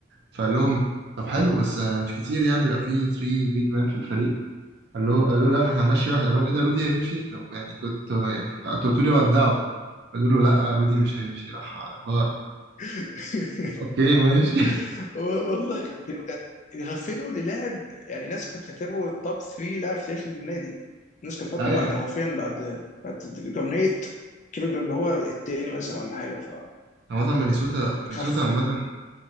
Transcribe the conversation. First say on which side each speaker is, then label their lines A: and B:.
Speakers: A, on the right; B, on the left.
A: فقال لهم طب حلو بس آه، مش كتير يعني يبقى في 3 بيج مان في الفريق قال له قال له لا ما احنا هنمشي واحد قال لهم ايه ده رودي هيمشي طب يعني كنت يعني كنت قلت لي ودعه قالوا له لا رودي مش هيمشي راح هو
B: <laughs>
A: اوكي ماشي
B: <laughs> والله يغفلوا بجد يغفلوا للاعب يعني ناس كانت بتعتبره التوب 3 لاعب في تاريخ النادي الناس كانت بتحطه
A: <laughs> ايوه
B: بعد حرفيا بعد بعد جارنيت كيفن جارنيت هو التاني مثلا ولا حاجه ف
A: عامة مينيسوتا مينيسوتا
B: غف...
A: عامة